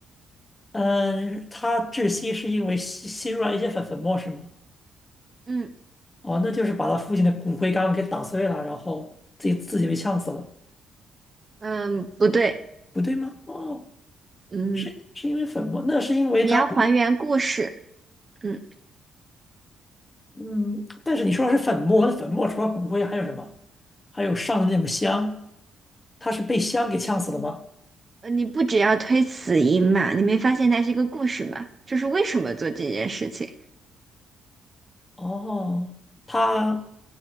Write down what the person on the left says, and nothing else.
嗯，他窒息是因为吸吸入了一些粉粉末是吗？
哦，那就是把他父亲的骨灰缸给打碎了，然后自己自己被呛死了，
不对吗？哦，
是是因为粉末，那是因为他。
嗯，但是你说的是粉末，那粉末除了骨灰还有什么？还有上的那种香，他是被香给呛死了吗？
哦，他，